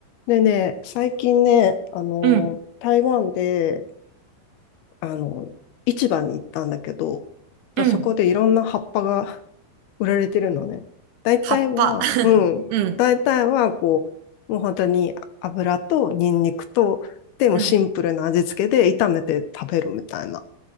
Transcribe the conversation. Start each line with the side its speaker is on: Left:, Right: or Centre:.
Left: でね、最近ね、あの、
Right: うん、
Left: 台湾で、あの、市場に行ったんだけど、まあそこでいろんな葉っぱが
Right: うん、
Left: <laughs> 売られてるのね。大体は、
Right: 葉っぱ。<laughs>
Left: うん、
Right: うん、
Left: 大体は、こう、もう本当に油とニンニクと、でもシンプルな味付けで炒めて食べるみたいな
Right: うん、